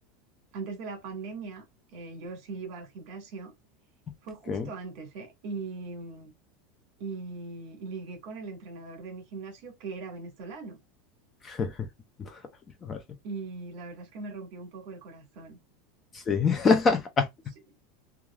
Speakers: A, on the right; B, on the left.
A: antes de la pandemia, eh, yo sí iba al gimnasio, fue
B: ok.
A: justo antes, ¿eh? Y, y- y ligué con el entrenador de mi gimnasio que era venezolano
B: <laughs> Vale, vale.
A: y la verdad es que me rompió un poco el corazón.
B: Sí. <laughs>
A: Sí.